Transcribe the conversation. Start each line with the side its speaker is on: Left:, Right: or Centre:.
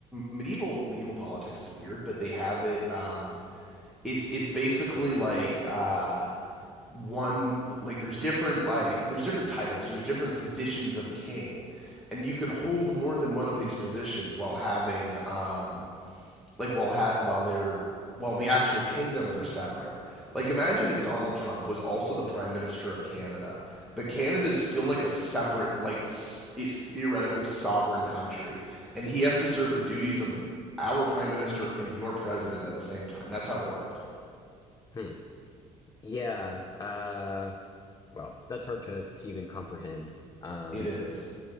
Centre: medieval medieval politics is weird, but they have it. Um, it's it's basically like uh, one like there's different like there's different titles, so there's different positions of king, and you can hold more than one of these positions while having um, like while ha- while they're while the actual kingdoms are separate. Like imagine if Donald Trump was also the prime minister of Canada, but Canada is still like a separate like s- it's theoretically sovereign country and he has to serve the duties of our prime minister and your president at the same time. That's how it worked.
Left: hmm. Yeah. Uh, well, that's hard to, to even comprehend. Um,
Centre: It is.